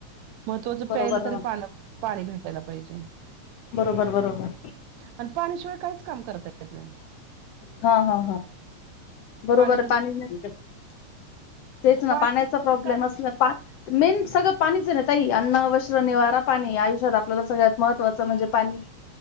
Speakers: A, on the right; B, on the left.
A: महत्त्वाचं
B: बरोबर
A: प्यायला तरी
B: ना
A: पा पाणी भेट ला पाहिजे
B: बरोबर बरोबर
A: आणि पाण्याशिवाय काहीच काम करता येत नाही
B: हा हा हा बरोबर
A: नसेल
B: पाणी
A: तर
B: तेच ना
A: पाणी
B: पाण्याचा
A: नसेल
B: प्रॉब्लेम
A: तर कायच
B: असल मेन सगळं पाणीच नाही तई अन्न, वस्त्र, निवारा, पाणी आयुष्यात आपल्याला सगळ्यात महत्वाचं म्हणजे पाणी